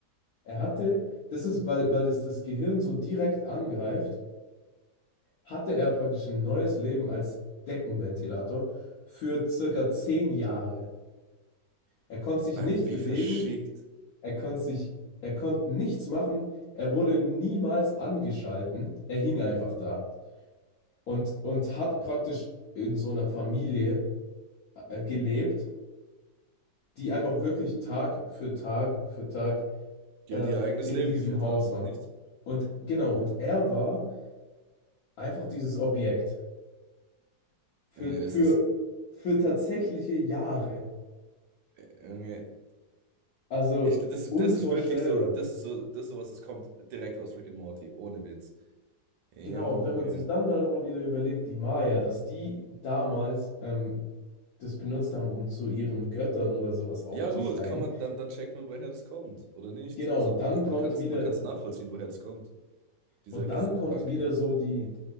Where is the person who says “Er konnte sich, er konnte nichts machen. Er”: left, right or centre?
Left